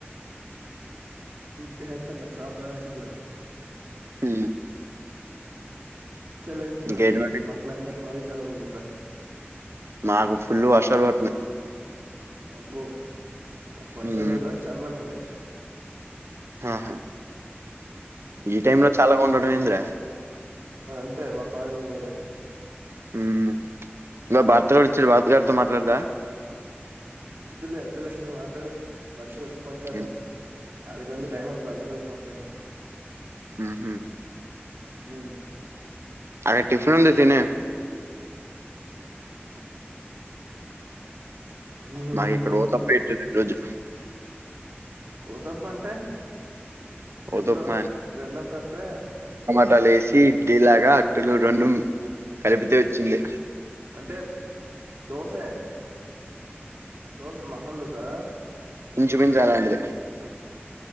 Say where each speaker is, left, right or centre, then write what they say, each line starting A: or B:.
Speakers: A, on the right; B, on the right.
A: చేతే ఎత్తరు నాకు షాప్లనే ఏసేదురు
B: ఊ
A: చలైతుందిర
B: ఇంకేంటి మరి
A: ఈ మా క్లైమేట్ మరి చల్లగుంది ఇక్కడ
B: మాకు ఫుల్లు వర్షాలు పతున్నాయి
A: అబ్బో మాకు వర్షాలు
B: మ్మ్.
A: లేవు కాని చల్లగుంది
B: ఆహా ఈ టైమ్ లో చాల్లగా ఉండడం ఏంద్ర
A: మాదంతే మా కాలేజ్ వేరే
B: ఇంగో భర్తగాడు వచ్చాడు బర్తగడితో మాట్లాడుదా
A: ద్దులే అద్దులే నువ్వు మాట్లాడు బర్త్ ఫోన్చేదం
B: మ్మ్.
A: అడికింది టైమ్ వుంద్ బర్దగోడికి ఫోన్ చేద్దాం
B: ఉహు
A: ఊ
B: ఆడ టిఫిన్ ఉండి తినే
A: ఉమ్,
B: మాకు ఇక్కడ ఉత్తప్పెపెట్టిల్లు ఈ రోజు
A: ఉత్తప్ప అంటె
B: ఓతప్ప
A: ఎప్పుడో విన్నాం తప్పే
B: ట్ట లేసి టిలాగా అట్లు రెండు కలిపితే ఓచ్చింది
A: అంటే దోసే దోస మసాలా దోసా
B: ఇంచు మించు అలాంటిదే